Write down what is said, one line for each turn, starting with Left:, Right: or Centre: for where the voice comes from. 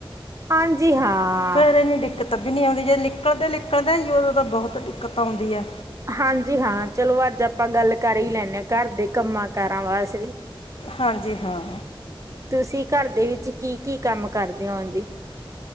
Right: ਹਾਂਜੀ ਹਾਂ
Left: ਫੇਰ ਏਨੀ ਦਿੱਕਤ ਦਿਕਤ ਵੀ ਨੀ ਆਉਂਦੀ ਜੇ ਲਿਕਲਦੇ ਲਿਕਲਦੇ ਉਦੋਂ ਤਾਂ ਬਹੁਤ ਦਿੱਕਤ ਆਉਂਦੀ ਐ।
Right: ਹਾਂਜੀ ਹਾਂ ਚਲੋ ਅੱਜ ਆਪਾਂ ਗੱਲ ਕਰ ਈ ਲੈਂਣੇ ਘਰ ਦੇ ਕੰਮਾਂ ਕਾਰਾਂ ਵਾਸੇ
Left: ਹਾਂਜੀ ਹਾਂ
Right: ਤੁਸੀਂ ਘਰ ਦੇ ਵਿੱਚ ਕੀ- ਕੀ ਕੰਮ ਕਰਦੇ ਓਂ ਜੀ?